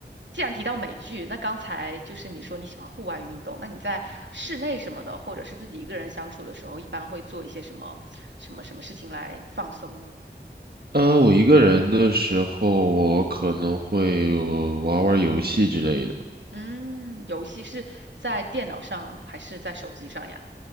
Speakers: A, on the right (about 80°); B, on the right (about 60°).
A: 既然提到美剧，那刚才就是你说你喜欢户外运动，那你在室内什么的，或者是自己一个人相处的时候，一般会做一些什么什么什么事情来放松呢？
B: 呃，我一个人的时候，我可能会呃玩玩游戏之类的。
A: 嗯，游戏是在电脑上还是在手机上呀？